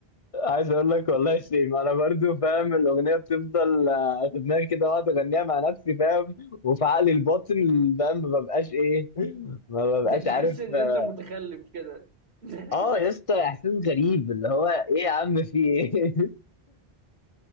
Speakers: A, on the left (about 40°); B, on the right (about 90°).
A: عايز اقول لك والله سيم انا برضو فاهم الاغنيه بتفضل آه، في دماغي كده واقعد اغنيها مع نفسي فاهم وفي عقلي الباطن فاهم ما ببقاش ايه ما ببقاش
B: <laughs>
A: عارف
B: تحس ان
A: اه
B: انت متخلف كده <laughs>
A: آه يا اسطى احساس غريب اللي هو ايه يا عم في ايه <laughs>